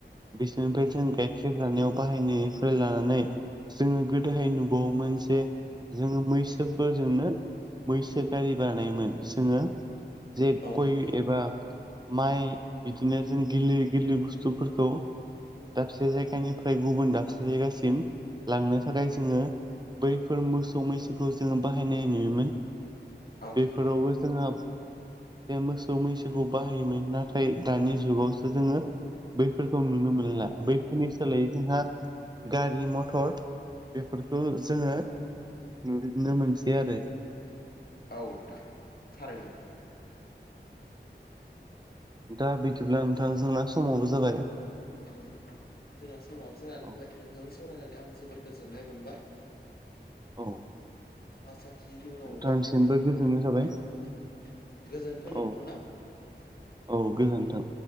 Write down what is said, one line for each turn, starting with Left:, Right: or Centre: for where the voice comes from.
Right: बिसोरनिफ्राय जों गाइखेर जानायाव बाहायनायनिफ्राय लानानै जोङो गोदोहाय नुबावोमोन जे जोङो मैसोफोर जोंनो बैसो गारि बानायमोन। जोङो जे
Left: औ
Right: गय
Left: नोंथां
Right: एबा माइ बिदिनो जों गोरलै गोरलै बुस्थुफोरखौ दाबसे जायगानिफ्राय गुबुन दाबसे जायगासिम लांनो थाखाय जोङो बैफोर मोसौ मैसोखौ जोङो बाहायनाय नुयोमोन।
Left: औ
Right: बेफोरावबो
Left: नोंथां
Right: जोंहाब बे मोसौ मैसोखौ बाहायोमोन। नाथाय दानि जुगावसो जोङो बैफोरखौ नुनो मोनला। बै फोरनि सोलायै जोंहा गारि मथर बेफोरखौ जोङो नुनो मोनसै आरो।
Left: औ नोंथां थारैनो।
Right: दा बिदिब्ला नोंथां जोंना समाबो जाबाय।
Left: औ नोंथां। जोंना समाबो जानानै
Right: औ
Left: होबाय नोंथांजों सावरायनानै आं जोबोद गोजोननाय मोनबाय।
Right: औ
Left: आसा थियो इयुनाव
Right: नोंथांसिमबो
Left: अबावबाफोर फिन
Right: गोजोननाय
Left: लोगो मोनफिनगोन
Right: थाबाय
Left: गोजोनथों
Right: औ
Left: नोंथांना।
Right: औ गोजोन्थों।